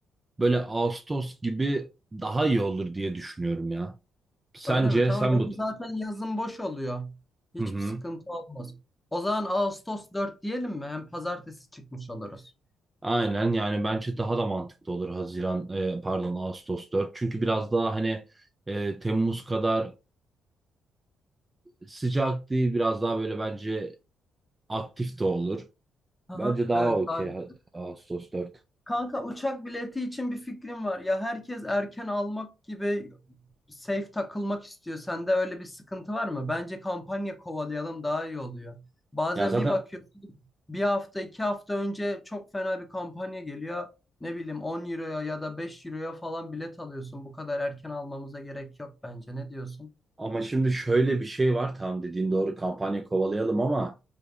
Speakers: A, on the right (about 15°); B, on the left (about 15°).
A: böyle Ağustos gibi daha iyi olur diye düşünüyorum ya. Sence
B: Öyle mi? Tamam
A: sen
B: benim
A: bu...
B: zaten yazın boş oluyor. Hiçbir
A: Hı hı.
B: sıkıntı olmaz. O zaman Ağustos 4 diyelim mi? Hem pazartesi çıkmış oluruz.
A: Aynen yani bence daha da mantıklı olur Haziran e, pardon Ağustos 4. Çünkü biraz daha hani e, Temmuz kadar sıcak değil biraz daha böyle bence aktif de olur.
B: Aha,
A: Bence daha
B: evet
A: okey
B: daha.
A: Ha- Ağustos 4.
B: Kanka uçak bileti için bir fikrim var. Ya herkes erken almak gibi safe takılmak istiyor. Sende öyle bir sıkıntı var mı? Bence kampanya kovalayalım daha iyi oluyor. Bazen
A: Ya zaten
B: bir bakıyorsun bir hafta iki hafta önce çok fena bir kampanya geliyor. Ne bileyim 10 euroya ya da 5 euroya falan bilet alıyorsun. Bu kadar erken almamıza gerek yok bence. Ne diyorsun?
A: Ama şimdi şöyle bir şey var. Tamam dediğin doğru kampanya kovalayalım ama